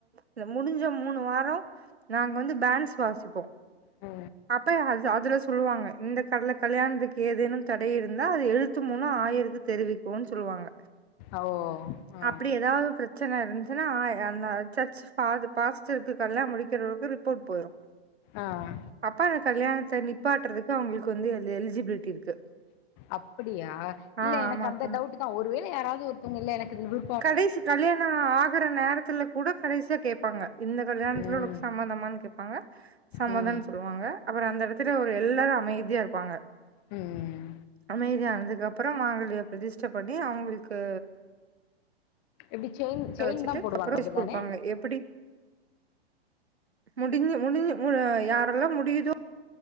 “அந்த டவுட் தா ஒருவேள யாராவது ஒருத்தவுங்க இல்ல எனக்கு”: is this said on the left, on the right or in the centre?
Left